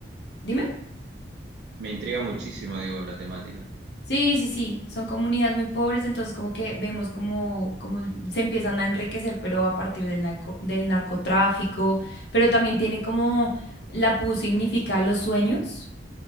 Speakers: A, on the left; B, on the right.
A: dime.
B: me intriga muchísimo, digo, la temática.
A: Sí, sí, sí, son comunidades muy pobres, entonces como que vemos como, como se empiezan a enriquecer, pero a partir del narco- del narcotráfico, pero también tiene como la PU significa los sueños.